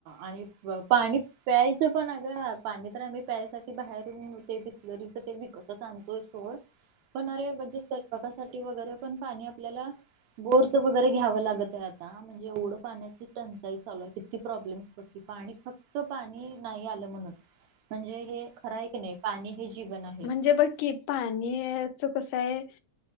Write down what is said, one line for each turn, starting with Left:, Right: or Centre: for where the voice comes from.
Right: आणि पाणी. प्यायचं पण ग पाणी तर आम्ही प्यायसाठी बाहेरून ते बिसलरीच ते विकतच आणतोय सो.
Left: <inaudible>
Right: होणार रे मजस्. का वगैरे पण पाणी आपल्याला बोर्थ वगैरे घ्यावं लागत आहे आता म्हणजे ओढ. पाण्याची टंचाई चालू तिकी प्रॉब्लेम होती पाणी फक्त पाणी नाही आलं म्हणत.
Left: ह.
Right: म्हणजे हे खरा आहे की नाही पाणी हे. जीवन आहे
Left: म्हणजे बघ की पाण्याच कसं आहे.